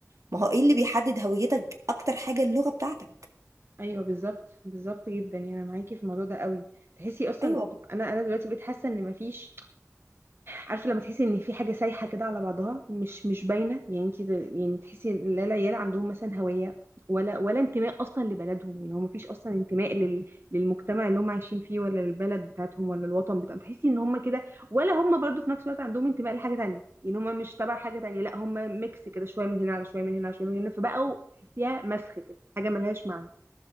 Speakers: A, on the right; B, on the right.
A: ما هو ايه اللي بيحدد هويتك اكتر حاجه اللغه بتاعتك
B: ايوه بالظبط بالظبط جدا يعني انا معاكي في الموضوع ده قوي تحسي اصلا
A: ايوه
B: انا انا دلوقتي بقيت حاسه ان مفيش عارفه لما تحسي ان في حاجه سايحه كده على بعضها مش مش باينه يعني انت يعني تحسي ان لا العيال عندهم مثلا هويه ولا ولا انتماء اصلا لبلدهم يعني هو مفيش اصلا انتماء لل للمجتمع اللي هم عايشين فيه ولا للبلد بتاعتهم ولا الوطن بتاعهم تحسي ان هم كده ولا هم برضو في نفس الوقت عندهم انتماء لحاجه تانية يعني هم مش تبع حاجه تانية لا هم ميكس كده شويه من هنا على شويه من هنا على شويه من هنا فبقوا تحسيها مسخ كده حاجه ملهاش معنى